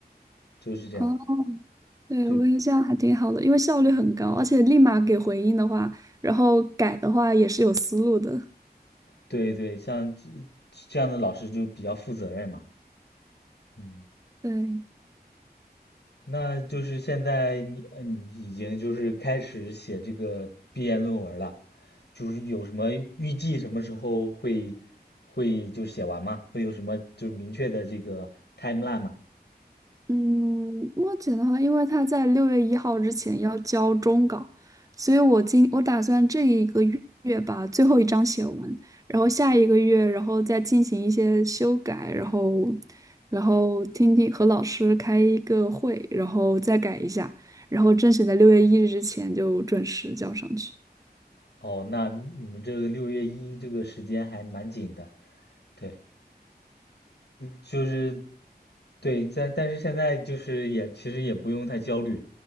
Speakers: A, on the left (about 80°); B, on the right (about 20°).
A: 就是这样。
B: <laughs> 对，
A: 对
B: 我感觉得这样还挺好的，因为效率很高，而且立马给回应的话，然后改的话也是有思路的。
A: 对对，像这这样的老师就比较负责任嘛。嗯，
B: 对，
A: 那就是现在你呃你已经就是开始写这个毕业论文了。就是有什么预计什么时候会会就写完吗？会有什么就是明确的这个 timeline 吗？
B: 嗯，目前的话，因为他在六月一号之前要交终稿，所以我今我打算这一个月把最后一章写完，然后下一个月，然后再进行一些修改，然后然后听听和老师开一个会，然后再改一下，然后争取在六月一日之前就准时交上去。
A: 哦，那你们这个六月一这个时间还蛮紧的，对，就是对，但但是现在就是也其实也不用太焦虑，